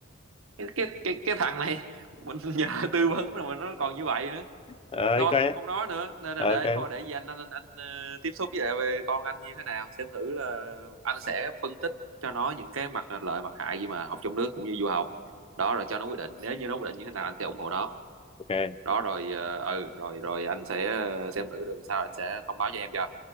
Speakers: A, on the right (about 70°); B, on the left (about 25°).
A: cái, cái, cái, cái thằng này <laughs> mình nhờ tư vấn rồi mà nó còn như vậy nữa.
B: Ờ,
A: thôi
B: ok
A: không nói nữa nên là
B: ok
A: để thôi để gì anh anh anh, anh ờ, tiếp xúc với lại về con anh như thế nào xem thử là anh sẽ phân tích cho nó những cái mặt lợi mặt hại gì mà học trong nước cũng như du học đó rồi cho nó quyết định nếu như nó quyết định như thế nào anh sẽ ủng hộ nó
B: ok ok
A: đó rồi ờ, ừ rồi rồi anh sẽ ờ, xem thử được sao anh sẽ thông báo cho em cho